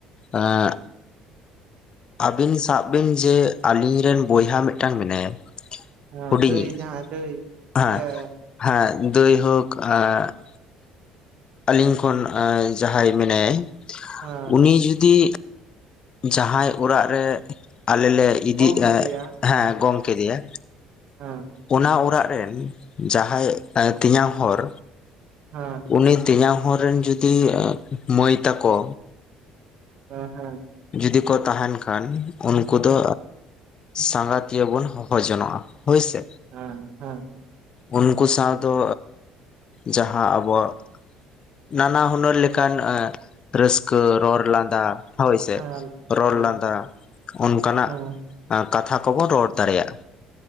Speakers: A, on the left; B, on the right.
A: ᱮᱸ ᱼᱼ ᱟᱹᱵᱤᱱ ᱥᱟᱵ ᱵᱤᱱ ᱡᱮ ᱟᱞᱤᱧ ᱨᱮᱱ ᱵᱚᱭᱦᱟ ᱢᱤᱫᱴᱟᱝ ᱢᱮᱱᱟᱭᱟ,
B: ᱦᱮ
A: ᱦᱩᱰᱤᱧᱤᱡ
B: ᱫᱟᱹᱭ ᱡᱟᱦᱟᱸᱭ ᱫᱟᱹᱭ
A: ᱦᱮᱸ
B: ᱥᱮᱼᱼ
A: ᱦᱮᱸ ᱫᱟᱹᱭ ᱦᱳᱠ ᱮᱸ ᱼᱼ ᱟᱹᱞᱤᱧ ᱠᱷᱚᱱ ᱟᱸ ᱡᱟᱦᱟᱸᱭ ᱢᱮᱱᱟᱭᱟ
B: ᱦᱮᱸ
A: ᱩᱱᱤ ᱡᱩᱫᱤᱼᱼ ᱡᱟᱦᱟᱸᱭ ᱚᱲᱟᱜ ᱨᱮ ᱟᱞᱮ ᱞᱮ ᱤᱫᱤ
B: ᱜᱚᱝ ᱠᱮᱫᱮᱭᱟ
A: ᱮᱸᱦ ᱦᱮᱸ ᱜᱚᱝ ᱠᱮᱫᱮᱭᱟ,
B: ᱦᱮᱸ
A: ᱚᱱᱟ ᱚᱨᱟᱜ ᱨᱮᱱ ᱡᱟᱦᱟᱸᱭ ᱛᱮᱧᱟᱝ ᱦᱚᱨᱼᱼ
B: ᱦᱮᱸ
A: ᱩᱱᱤ ᱛᱮᱧᱟᱝ ᱦᱚᱲ ᱨᱮᱱ ᱡᱩᱫᱤ ᱢᱟᱹᱭ ᱛᱟᱠᱚᱼᱼ
B: ᱦᱮᱸ ᱦᱮᱸ
A: ᱡᱩᱫᱤ ᱠᱚ ᱛᱟᱦᱮᱱ ᱠᱷᱟᱱ ᱩᱱᱠᱩ ᱫᱚᱼᱼ ᱥᱟᱸᱜᱟᱛᱤᱭᱟᱹ ᱵᱚᱱ ᱦᱚᱦᱚ ᱡᱚᱱᱚᱜᱼᱟ ᱦᱳᱭᱥᱮ᱾
B: ᱮᱸ ᱦᱮᱸ
A: ᱩᱱᱠᱩ ᱥᱟᱶ ᱫᱚ ᱡᱟᱦᱟᱸ ᱟᱵᱚᱣᱟᱜᱼᱼ ᱱᱟᱱᱟ ᱦᱩᱱᱟᱹᱨ ᱞᱮᱠᱟᱱ ᱮᱸ ᱼᱼ ᱨᱟᱹᱥᱠᱟᱹ ᱨᱚᱲ ᱞᱟᱸᱫᱟ ᱦᱳᱭ ᱥᱮ
B: ᱦᱮᱸ
A: ᱨᱚᱲ
B: ᱦᱮᱸ
A: ᱞᱟᱸᱫᱟ ᱚᱱᱠᱟᱱᱟᱜᱼᱼ
B: ᱦᱮᱸ
A: ᱟᱸ ᱠᱟᱛᱷᱟ ᱠᱚᱵᱚᱱ ᱨᱚᱲ ᱫᱟᱲᱮᱭᱟᱜᱼᱟ,